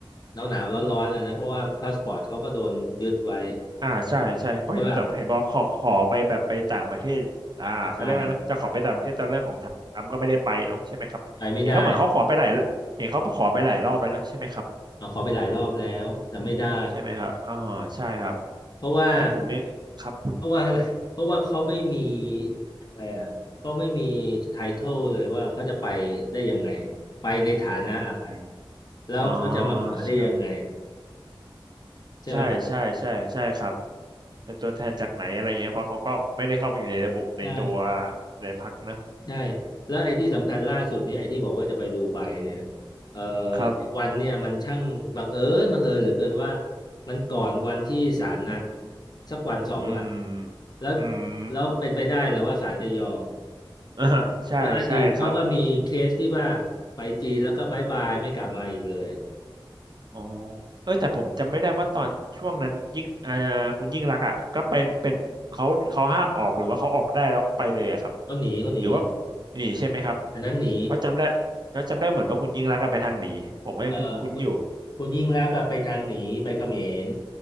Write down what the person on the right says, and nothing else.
อ่าใช่ใช่เพราะเห็นเห็นบอกขอขอไปแบบไปต่างประเทศอ่าเขาเรียกว่านะจะขอไปต่างประเทศตอนเรื่องของทรัมป์ก็ไม่ได้ไปเนาะใช่ไหมครับเห็นเขาเหมือนเขาขอไปหลายเห็นเขาขอไปหลายรอบแล้วนะใช่ไหมครับ
ใช่ไหมครับอ๋อใช่ครับ
แต่ผมเนี่ยครับ
อืม
อ๋อใช่
ใช่ใช่ใช่ใช่ครับเป็นตัวแทนจากไหนอะไรเงี้ยเพราะเขาก็ไม่ได้เข้ามาอยู่ในระบุในตัว
ในพรรคนะ
ครับ
อืม
อืม
<laughs> อ่าใช่ใช่ครับ
อ๋อเออแต่ผมจำไม่ได้ว่าตอนช่วงนั้นยิ่งอ่าคุณยิ่งรักษณ์อ่ะก็เป็นเป็นเขาเขาห้ามออกหรือว่าเขาออกได้แล้วไปเลยอะครับ
หรือว่าหนีใช่ไหมครับ
เพราะจำได้แล้วจำได้เหมือนว่าคุณยิ่งรักษณ์อะไปทางหนีผมก็ยังคุ้นๆอยู่